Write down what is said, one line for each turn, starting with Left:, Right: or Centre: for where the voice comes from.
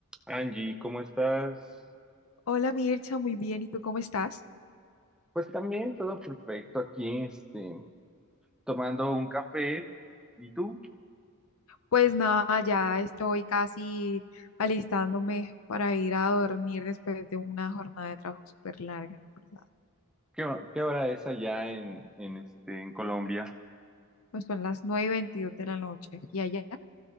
Centre: Angie, ¿cómo estás?
Left: Hola Mircha, muy bien. ¿Y tú cómo estás?
Centre: Pues también todo perfecto aquí, este, tomando un café. ¿Y tú?
Left: Pues nada, ya estoy casi alistándome para ir a dormir después de una jornada de trabajo súper larga, en verdad.
Centre: ¿Qué, ho- qué hora es allá en, en, este, en Colombia?
Left: Pues son las 9 y 22 de la noche y allá